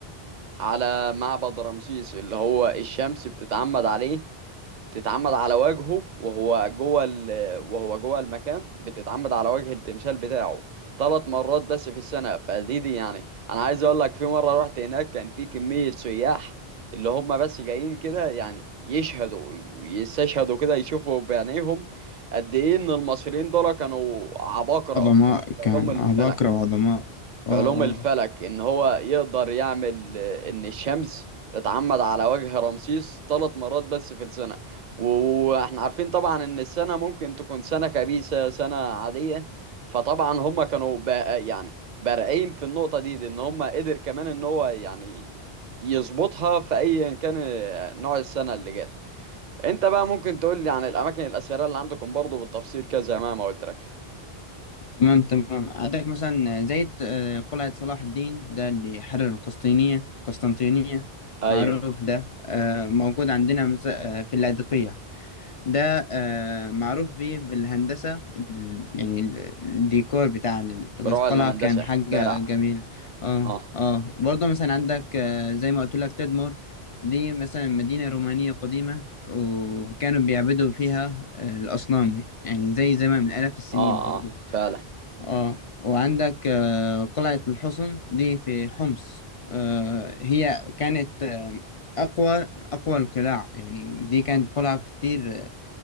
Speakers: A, on the right; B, on the left.
A: على معبد رمسيس اللي هو الشمس بتتعمد عليه تتعمد على وجهه وهو جوه ال... وهو جوه المكان بتتعمد على وجه التمثال بتاعه ثلاث مرات بس في السنة فدي دي يعني انا عايز اقول لك في مرة رحت هناك كان في كمية سياح اللي هم بس جايين كده يعني يشهدوا يستشهدوا كده يشوفوا بعينيهم قد ايه ان المصريين دول كانوا عباقرة
B: عظماء
A: في في علوم
B: كان
A: الفلك
B: عباقرة وعظماء اه
A: في علوم
B: اه
A: الفلك ان هو يقدر يعمل آه، ان الشمس تتعمد على وجه رمسيس ثلاث مرات بس في السنة و- واحنا عارفين طبعا ان السنة ممكن تكون سنة خبيثة سنة عادية فطبعا هم كانوا بقى يعني بارعين في النقطة دي, دي ان هم قدر كمان ان هو يعني يظبطها في ايا كان آه، نوع السنة اللي جت انت بقى ممكن تقول لي عن الاماكن الاثيريه اللي عندكم برضو بالتفصيل كذا زي ما ما قلت لك
B: تمام تمام عندك مثلا زي الت- آه، قلعة صلاح الدين ده اللي حرر القسطينية القسطنطينية
A: ايوه
B: معروف ده آه، موجود عندنا مس- آه، في اللاذقية ده آه، معروف بيه بالهندسة ال- يعني ال- الديكور بتاع
A: بروع
B: القلعة
A: الهندسه
B: كان حاجة
A: بارع
B: جميلة اه
A: اه
B: اه برضه مثلا عندك آه، زي ما قلت لك تدمر دي مثلا مدينة رومانية قديمة وكانوا بيعبدوا فيها آه، الأصنام يعني زي زمان من آلاف السنين
A: اه
B: برضه
A: اه فعلا
B: اه وعندك آه، قلعة الحصن دي في حمص آه، هي كانت آه، أقوى أقوى القلاع يعني دي كانت قلعة كتير